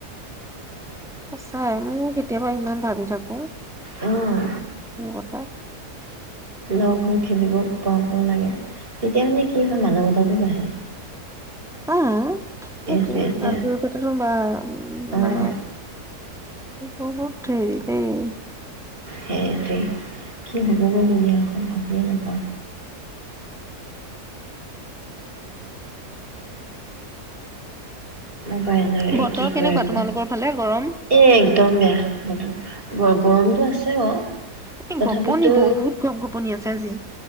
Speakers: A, in the centre; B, on the right.
A: সঁচাই মোৰ কেতিয়াবা ইমান ভাবি ৰখ
B: অহ
A: কথা।
B: লক খেলিব পাব লাগে তেতিয়া মানে কি হয় মানৱতাটো বাঢ়ে।
A: অহ সেইটো
B: এইটো এতিয়া
A: আন্তৰিকত হো বা উ
B: অ
A: মানে। বহুত দেৰি দেই।
B: সেইটোৱে কি হ'বগৈ দুুনীয়াখন ভাবিয়ে নাপাওঁ। মোবাইল ন এই
A: বতৰ
B: কি কৰিব
A: কেনেকুৱা তোমালোকৰ ফালে গৰম
B: এ একদম বেয়া। গৰমতটো আছে বাৰু।
A: এই
B: তথাপিতো
A: গোপনি বহুত গপ গপনি আছে আছে আজি।